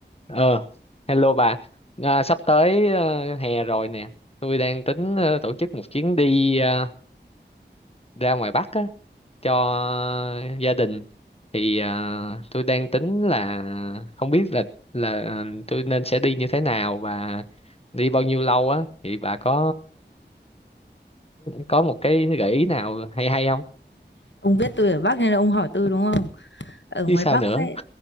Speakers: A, on the left; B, on the left.
A: Ờ, hello bà. À, sắp tới ờ, hè rồi nè. Tôi đang tính ờ, tổ chức một chuyến đi ờ, ra ngoài Bắc á, cho gia đình. Thì ờ, tôi đang tính là không biết là là ờ, tôi nên sẽ đi như thế nào và đi bao nhiêu lâu á. Thì bà có có một cái gợi ý nào hay hay không?
B: Ông biết tôi ở Bắc nên là ông hỏi tôi đúng không? Ở
A: Chứ
B: ngoài
A: sao
B: Bắc
A: nữa?
B: ấy,